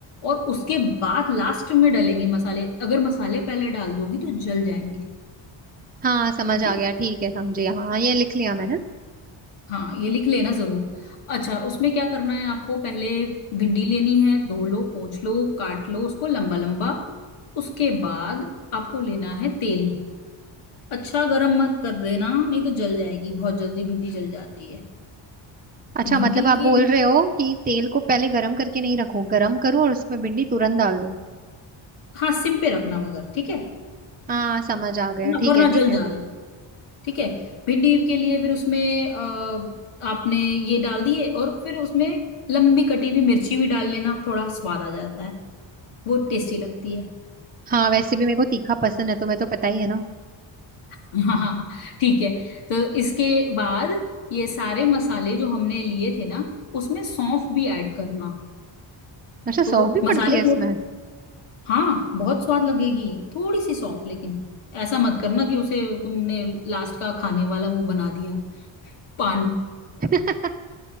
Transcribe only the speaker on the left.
और उसके बाद लास्ट में डालेंगे मसाले अगर मसाले पहले डाल दोगी तो जल जाएंगे
ठीक
है
हाँ ये लिख लेना जरूर अच्छा उसमें क्या करना है आपको पहले भिंडी लेनी है धो लो पोंछ लो काट लो उसको लंबा लंबा उसके बाद आपको लेना है तेल अच्छा गरम मत कर देना नहीं तो जल जाएगी बहुत जल्दी भिंडी जल जाती है
भिंडी
के
हाँ सिम पे रखना मगर ठीक है
वरना
वरना
जल
जाए ठीक है भिंडी के लिए फिर उसमें अ, आपने ये डाल दिए और फिर उसमें लंबी कटी हुई मिर्ची भी डाल लेना थोड़ा स्वाद आ जाता है वो टेस्टी लगती है
<laughs> हाँ ठीक है तो इसके बाद ये सारे मसाले जो हमने लिए थे ना उसमें सौंफ भी ऐड करना
तो
मसाले
में- हाँ बहुत स्वाद लगेगी थोड़ी सी सौंफ लेकिन ऐसा मत करना कि उसे तुमने लास्ट का खाने वाला वो बना दिया पान